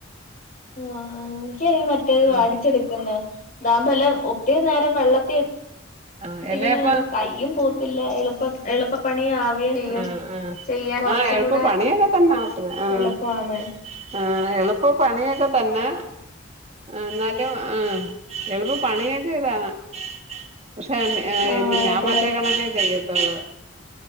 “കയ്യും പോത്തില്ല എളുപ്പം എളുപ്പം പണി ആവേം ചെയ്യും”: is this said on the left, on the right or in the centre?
Left